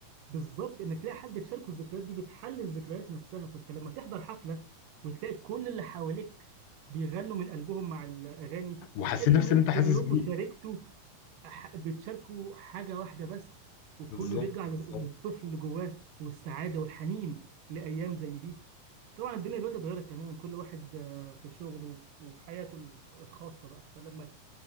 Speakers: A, on the right (about 80°); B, on the left (about 85°).
A: بالظبط انك تلاقي حد تشاركه الذكريات دي بتحلي الذكريات نفسها فانت لما تحضر حفله وتلاقي كل اللي حواليك بيغنوا من قلبهم مع الاغاني
B: وحاسين
A: بتحس
B: نفس
A: ان انتوا
B: اللي انت حاسس
A: كلكم
B: بيه
A: شاركتوا ح- بتشاركوا حاجة واحدة بس وكله
B: بالظبط
A: بيرجع لل-
B: بالظبط
A: للطفل اللي جواه والسعادة والحنين لأيام زي دي طبعا الدنيا دلوقتي اتغيرت تماما كل واحد آه، في شغله وف- وفي حياته ال- الخاصة بقى فلما